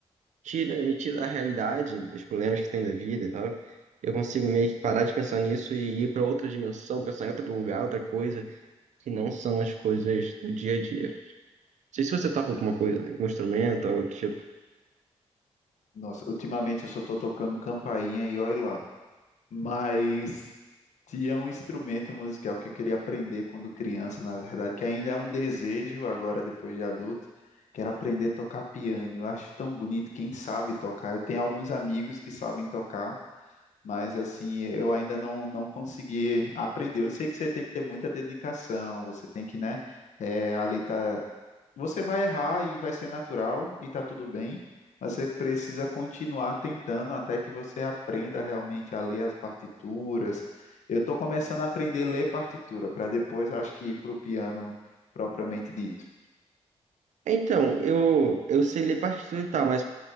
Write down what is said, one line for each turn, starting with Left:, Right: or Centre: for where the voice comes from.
Right: tira, me tira da realidade, dos problemas que tem da vida e tal. Eu consigo meio que parar de pensar nisso e ir pra outra dimensão, pensar em outro lugar, outra coisa, que não são as coisas do dia a dia sei se você toca alguma coisa, né? algum instrumento, algo do tipo.
Left: Nossa, ultimamente eu só estou tocando campainha e olha lá. mas tinha um instrumento musical que eu queria aprender quando criança, na verdade, que ainda é um desejo agora, depois de adulto, que era aprender a tocar piano. Eu acho tão bonito quem sabe tocar. Eu tenho alguns amigos que sabem tocar, mas assim, eu ainda não, não consegui aprender. Eu sei que você tem que ter muita dedicação, você tem que, né, eh, ali tá você vai errar e vai ser natural e tá tudo bem, mas você precisa continuar tentando até que você aprenda realmente a ler as partituras. Eu estou começando a aprender a ler partitura, para depois acho que ir para o piano propriamente dito.
Right: Então, eu, eu sei ler partitura e tal, mas